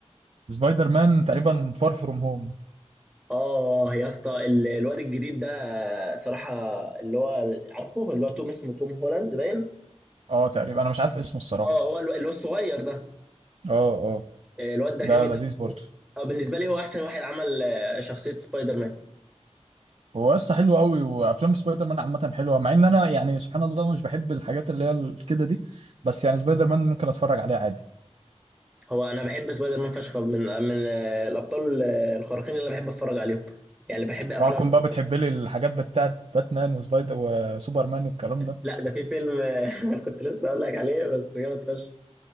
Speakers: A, on the right; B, in the centre.
A: سبايدر مان تقريبا فار فروم هوم
B: اه يا اسطى ال- الواد الجديد ده صراحة اللي هو عارفه اللي هو توم اسمه توم هولاند باين
A: اه تقريبا انا مش عارف اسمه الصراحة
B: اه هو الو- اللي هو الصغير ده
A: اه اه
B: آه، الواد ده
A: ده
B: جامد
A: لذيذ
B: قوي
A: برضو
B: اه بالنسبة لي هو احسن واحد عمل آه، شخصية سبايدر مان
A: هو قصة حلو قوي وافلام سبايدر مان عامة حلوة مع ان انا يعني سبحان الله مش بحب الحاجات اللي هي ال- كده دي بس يعني سبايدر مان ممكن اتفرج عليه عادي
B: هو انا بحب سبايدر مان فشخ من من آه، الابطال آه، الخارقين اللي بحب اتفرج عليهم يعني بحب افلامهم
A: اوعكم بقى
B: وكده
A: بتحب لي الحاجات بتاعت باتمان وسبايدر وسوبرمان والكلام ده
B: لا ده في فيلم آه، <laughs> انا كنت لسه اقول لك عليه بس جامد فشخ